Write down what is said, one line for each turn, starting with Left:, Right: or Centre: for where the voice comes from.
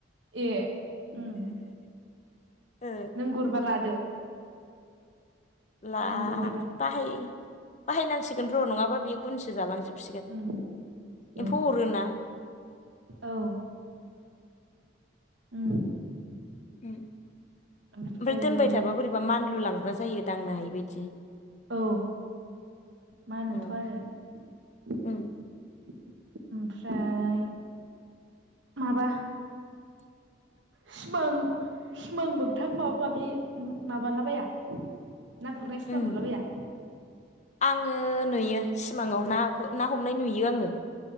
Right: ए उम
Left: ओ
Right: नों गुरबा लादो।
Left: ला
Right: नों गुरहैबा
Left: बाहाय बाहायनांसिगोन र' नङाबा बेयो गुनसो जालांजोब सिगोन
Right: उम
Left: एम्फौ
Right: औ
Left: अरो ना।
Right: औ उम
Left: उम
Right: ओमफ्रायो
Left: ओमफ्राय दोनबाय थाब्ला बैरैबा मानलु लांग्रा जायो दांनो हायै बादि
Right: औ मानोथ'
Left: औ
Right: आरो ओमफ्राय
Left: उम
Right: माबा
Left: <inaudible>
Right: सिमां सिमां मोगथां माबा माबि माबालाबाया ना गुरनाय सिमां
Left: उम
Right: नुलाबाया
Left: आङो नुयो सिमाङाव ना गु ना हमनाय नुयो आङो